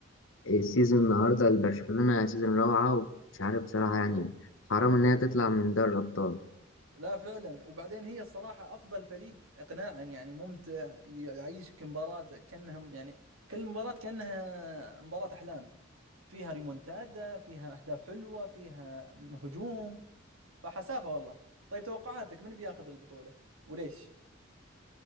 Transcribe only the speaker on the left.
والسيزون النهاردة لبرشلونة سيزون روعة ومش عارف بصراحة يعني حرام انها تطلع من دوري الأبطال